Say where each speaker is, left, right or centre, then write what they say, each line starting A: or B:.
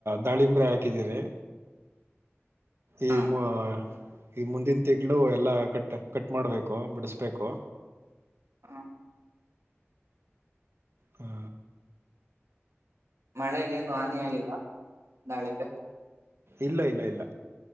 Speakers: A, on the right; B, on the right.
A: ದಾಳಿಂಬ್ರೆ ಹಾಕಿದೀರಿ ಈ
B: ಹ
A: ಮ ಈಗ ಮುಂದಿನ ತಿಂಗಳು ಎಲ್ಲಾ ಕಟ್ ಕಟ್ ಮಾಡ್ಬೇಕು ಬಿಡಿಸಬೇಕು
B: ಹಾ
A: ಹಾ
B: ಮಳೆಗೆ ಏನು ಹಾನಿಯಾಗಿಲ್ವಾ ದಾಳಿಂಬೆ
A: ಇಲ್ಲ ಇಲ್ಲ ಇಲ್ಲ